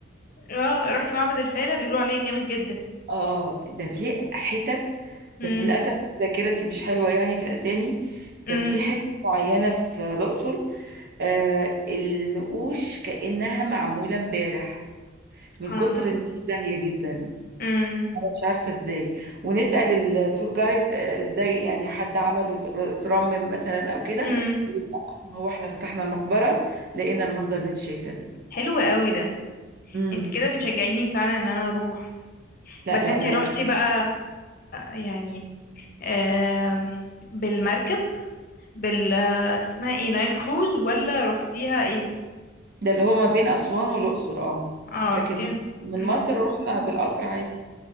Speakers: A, on the left; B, on the right.
A: اه رحتي معبد الفيلة بيقولوا عليه جامد جدا
B: <laughs> اه ده في حتت
A: امم
B: بس للاسف ذاكرتي مش حلوه يعني في الاسامي
A: امم
B: بس في حتت معينه في الاقصر آه النقوش كانها معموله امبارح
A: سبحان
B: من كتر
A: الله
B: ان هي زاهيه جدا
A: امم
B: انا مش عارفه ازاي ونسال التور جايد آه، ده يعني حد عمله تر- ترمم مثلا او كده
A: امم
B: يقول لأ، هو احنا فتحنا المقبره لقينا المنظر اللي انت شايفاه ده
A: حلو قوي ده
B: امم
A: انت كده بتشجعيني فعلا ان انا اروح
B: لا
A: بس
B: لا
A: انت
B: لا
A: رحتي
B: روح
A: بقى يعني آم، بالمركب بال اسمها ايه نايل كروز ولا رحتيها ايه
B: ده اللي هو ما بين اسوان والاقصر اه
A: اه
B: لكن
A: رحتيها
B: من
A: امم
B: مصر رحنا بالقطر عادي